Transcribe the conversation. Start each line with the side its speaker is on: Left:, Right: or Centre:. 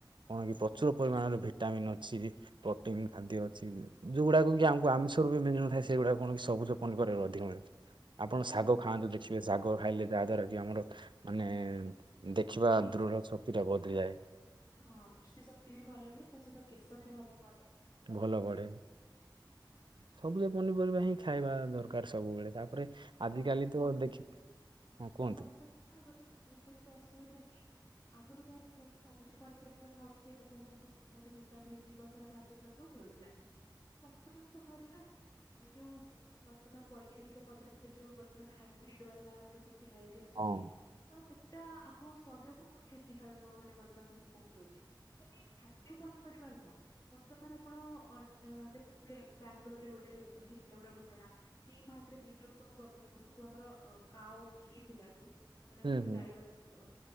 Right: କଣ କି ପ୍ରଚୁର ପରିମାଣରେ ଭିଟାମିନ୍ ଅଛି। ପ୍ରୋଟିନ ଖାଦ୍ୟ ଅଛି ଯଉଗୁଡାକ କି ଆମକୁ ଆମିଷରୁ ବି ମିଳିୁନଥାଏ ସେଗୁଡା କଣ କି ସବୁଜ ପନିପରିବାରୁ ଅଧିକ ମିଳିଥା ଆପଣ ଶାଗ ଖାଆନ୍ତୁ ଦେଖିବେ ଶାଗ ଖାଇଲେ ଯାହା ଦ୍ଵାରା କି ଆମର ମାନେ ଦେଖିବା
Left: କେଶ
Right: ଦୃଢ ଶକ୍ତିଟା ବଦଳି ଯାଏ।
Left: ହଁ ଦୃଷ୍ଟି ଶକ୍ତି ବି ଭଲ ରୁହେ ତା ସହିତ କେଶ ବି ଭଲ ବଢ଼େ।
Right: ଭଲ ବଢେ। ସବୁଜ ପନିପରିବା ହିଁ ଖାଇବା ଦରକାର ସବୁବେଳେ ତାପରେ
Left: କିନ୍ତୁ
Right: ଆଜିକାଲି
Left: ବର୍ତ୍ତମାନ
Right: ତ ଦେଖି, ହଁ
Left: କିନ୍ତୁ
Right: କୁହନ୍ତୁ।
Left: ବର୍ତ୍ତମାନ ନା ଗୋଟେ ପୁଅଟେ ଏମିତି ଅସୁବିଧା କି ଆଗରୁ କଣ ଥିଲା କି ସବୁଜ ପନିପରିବା ଖାଉଥିଲେ ଲୋକଙ୍କୁ ବହୁତ ମାନେ ଭିଟାମିନ ଜୀବସାରା, ଧାତୁସାରା ସବୁ ମିଳୁଥିଲା। ବର୍ତ୍ତମାନ ସମୟରେ ନା ଯୋଉ ବର୍ତ୍ତମାନ ବୈଜ୍ଞାନିକ ପଦ୍ଧତିରେ ଯୋଉ ବର୍ତ୍ତମାନ ହାଇବ୍ରିଡ ବାଲା ଯୋଉ ସବୁ ଭେରାଇ ଟି ଆସୁଛି
Right: ହଁ
Left: ତ ସେଟା ଆମ ଶରୀରକୁ ବହୁତ କ୍ଷତିକାରକ ମାନେ ବର୍ତ୍ତମାନ ଏମତି ପହଞ୍ଚଉଛି ଖାଲି ଖାଦ୍ୟ ପନିପରିବା ନୁହଁ ବର୍ତ୍ତମାନ ଆପଣ ଦେଖୁଥିବେ ବାଙ୍ଗାଲୋରରେ ଗୋଟେ ହେଇଥିଲା ଗୋଟେ ଘଟଣା। ଟି ମାର୍ଟରେ ଯୁ ଯୋଉ ସବୁ ବକ୍ ସବୁ ଆମର ଅ କାଓ ଘି ଥିଲା ଯୋଉ ମାନେ
Right: ହୁଁ
Left: ଆମର ଯୋଉ
Right: ହୁଁ
Left: ଗାଈ ବାଲା ଅ